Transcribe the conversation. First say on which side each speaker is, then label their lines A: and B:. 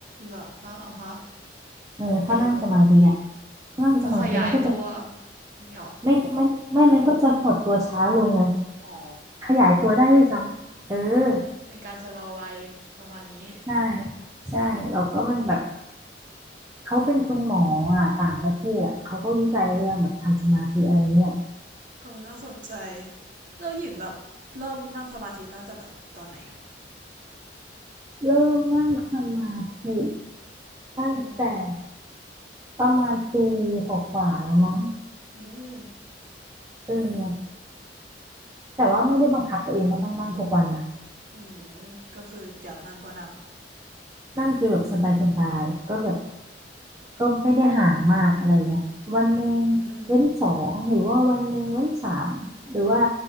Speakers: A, on the right (about 45°); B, on the right (about 20°).
A: ละฮะอ่ะฮะ
B: เออถ้านั่งสมาธิอ่ะ
A: แล้ว
B: นั่งสมาธิมันก็จะ
A: จะขยายตัวนี่หรอ
B: ไม่ไม่ไม่ไม่มันก็จะหดตัวช้าลงไง
A: อ๋อ
B: ขยายตัวได้ด้วยซ้ำ เออ
A: เป็นการชะลอวัยประมาณนี้
B: ใช่ ใช่
A: อื
B: แล้วก็มันแบบ
A: ม
B: เขาเป็นคุณหมออ่ะต่างประเทศอ่ะเขาก็วิจัยเรื่องแบบทำสมาธิอะไรเงี้ย
A: เออ เออน่าสนใจแล้วหญิงแบบเริ่มนั่งสมาธิตั้งแต่แบบตอนไหนอ่ะ
B: เริ่มนั่งสมาธิ
A: อืม
B: ตั้งแต่ประมาณปีกว่าๆแล้วมั้ง
A: อืม
B: เออแต่ว่าไม่ได้บังคับตัวเองว่าต้องนั่งทุกวันนะ
A: อืมก็คืออยากนั่งก็นั่ง
B: นั่งฟิลแบบสบายๆก็แบบก็ไม่ได้ห่างมากอะไรเงี้ยวันหนึ่งเว้นสองหรือว่าวันหนึ่งเว้นสามหรือว่า
A: อืม